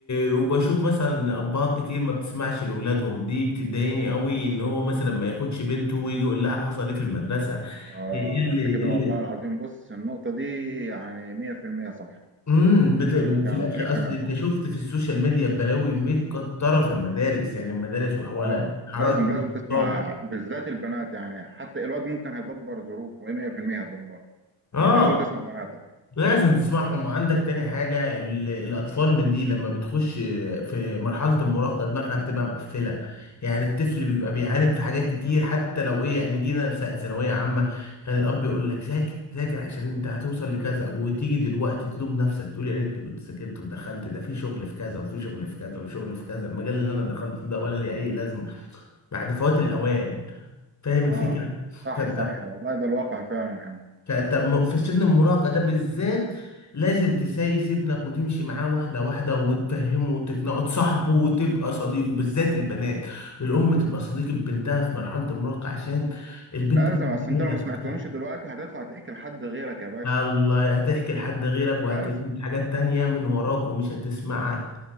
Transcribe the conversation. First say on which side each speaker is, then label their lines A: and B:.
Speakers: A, on the left (about 35°); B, on the right (about 25°).
A: وبشوف مثلا أبهات كتير ما بتسمعش لأولادهم دي بتضايقني قوي إن هو مثلا ما ياخدش بنته ويجي يقول لها حصل إيه في المدرسة
B: آه
A: إيه اللي
B: أنت
A: إيه
B: كده
A: اللي
B: والله العظيم بص النقطة دي يعني 100% صح
A: امم بت... وفي
B: تم الكلام
A: الاخر
B: 100%
A: اصل انت
B: صح
A: شفت في السوشيال ميديا بلاوي متكتره في المدارس يعني المدارس وحوالات
B: آه
A: حرائق
B: لازم
A: الاغتصاب
B: لازم تسمع بالذات البنات يعني حتى الواد ممكن هيدبر ظروفه 100% هيدبرها
A: اه
B: لازم تسمع بناتك
A: لازم تسمعهم وعندك تاني حاجة ال- الأطفال من دي لما بتخش في مرحلة المراهقة دماغها بتبقى مقفلة يعني الطفل بيبقى بيعاند في حاجات كتير حتى لو إيه يعني جينا في ساعة ثانوية عامة كان الأب يقول لك ذاكر ذاكر عشان أنت هتوصل لكذا وتيجي دلوقتي تلوم نفسك تقول يا ريتني كنت ذاكرت ودخلت ده في شغل في كذا وفي شغل في كذا وشغل في كذا المجال اللي أنا دخلته ده ولا ليه أي لازمة بعد فوات الأوان فاهم
B: آه
A: الفكرة؟
B: صح
A: فأنت
B: صح والله ده الواقع فعلا يعني
A: فانت م- في سن المراهقه ده بالذات لازم تسايس ابنك وتمشي معاه واحده واحده وتفهمه وتقنعه تصاحبه وتبقى صديقه بالذات البنات الام تبقى صديقه بنتها في مرحله المراهقه عشان البنت
B: لازم
A: ممكن
B: أصل
A: تبيع
B: أنت لو
A: نفسها
B: ما سمعتهمش دلوقتي هتطلع تحكي لحد غيرك يا باشا
A: الله هتحكي لحد غيرك وهتجيب
B: لازم
A: حاجات تانية من وراك ومش هتسمعك